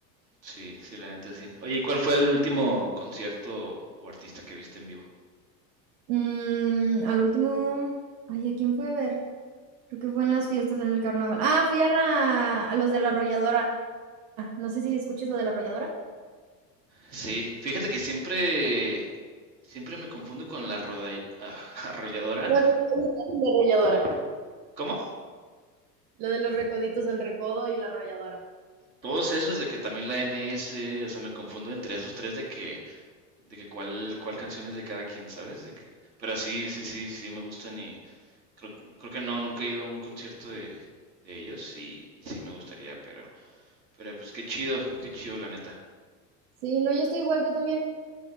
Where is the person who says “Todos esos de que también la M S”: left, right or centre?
Right